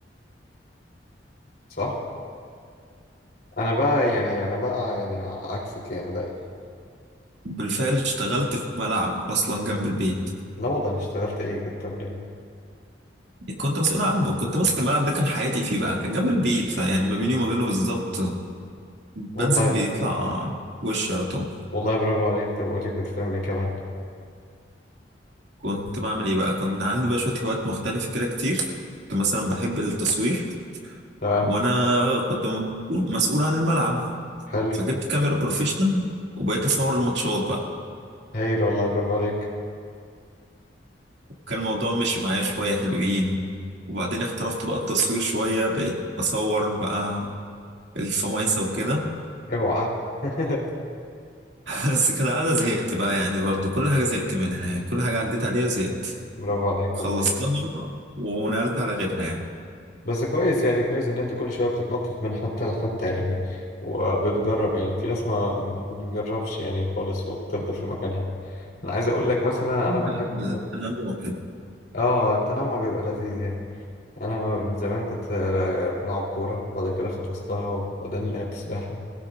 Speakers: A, on the left; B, on the right.
A: صح انا بقى يعني انا بقى يعني عكسك يعني لا,
B: وبالفعل اشتغلت في ملعب اصلا جنب البيت
A: لا والله اشتغلت ايه كنت بتعمل ايه
B: كنت مسؤول عنه كنت ماسك الملعب ده كان حياتي فيه بقى كان جنب البيت فيعني ما بيني وما بينه بالظبط
A: والله
B: بنزل بيطلع وش على طول
A: والله برافو عليك طب قول لي كنت بتعمل ايه كمان
B: كنت بعمل ايه بقى كنت عندي بقى شويه هوايات مختلفه كده كتير كنت مثلا بحب التصوير
A: تمام
B: وانا كنت مسؤول مسؤول عن الملعب
A: حلو
B: فجبت كاميرا بروفيشنال وبقيت اصور الماتشات بقى
A: هايل والله برافو عليك
B: كان الموضوع مشي معايا شوية حلوين وبعدين احترفت بقى التصوير شوية بقيت بصور بقى الفمايسة وكده
A: اوعى <laughs>
B: <laughs> بس كالعادة زهقت بقى يعني برضو كل حاجة زهقت منها يعني كل حاجة عديت عليها وزهقت
A: برافو عليك
B: خلصتها
A: والله
B: ونقلت على غيرها يعني
A: بس كويس يعني كويس ان انت كل شويه بتتنطط من حته لحته يعني وبتجرب يعني في ناس ما ما بتجربش يعني خالص وبتفضل في مكانها انا عايز اقول لك مثلا
B: <laughs>
A: انا بحب
B: أنا واحد
A: اه التنوع بيبقى لذيذ يعني انا من زمان كنت بلعب كوره وبعد كده خلصتها وبعدين لعبت سباحه